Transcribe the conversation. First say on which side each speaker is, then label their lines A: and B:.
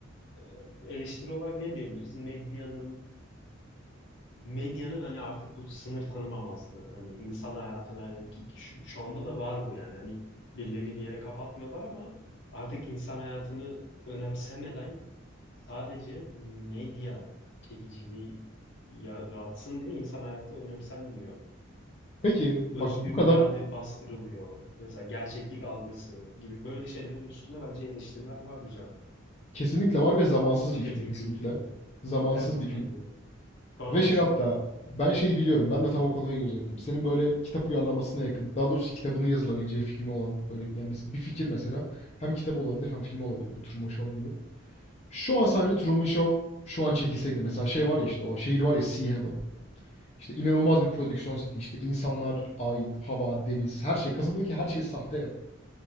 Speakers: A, on the left; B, on the left.
A: e, eleştiri olarak ne diyebiliriz? Medyanın medyanın hani artık bu sınır tanımamazlığı. Hani insan hayatına ki- şu, şu anda da var bu yani. Hani birilerini bir yere kapatmıyorlar ama artık insan hayatını önemsemeden sadece medya çekiciliği yaratsın diye insan hayatı önemsenmiyor
B: Peki bak
A: özgür
B: bu kadar
A: irade bastırılıyor. Mesela gerçeklik algısı gibi böyle şeylerin üstüne bence eleştiriler var güzel.
B: kesinlikle var ve zamansız
A: Tüketim
B: bir film kesinlikle.
A: kültürü.
B: Zamansız
A: Evet
B: bir film.
A: bence de. Şu an
B: Ve
A: olsa
B: şey hatta ben şeyi biliyorum. Ben de tam o konuya girecektim. Senin böyle kitap uyarlamasına yakın. Daha doğrusu kitabının yazılabileceği filmi olan böyle yani mes- bir fikir mesela hem kitabı olabilir hem filmi olabilir. Bu Truman Show gibi. Şu an sence Truman Show şu an çekilseydi mesela şey var ya işte o şehir var ya Sea Haven. İşte inanılmaz bir prodüksiyon seti. İşte insanlar, ay, hava, deniz, her şey. Kasabadaki her şey sahte ya.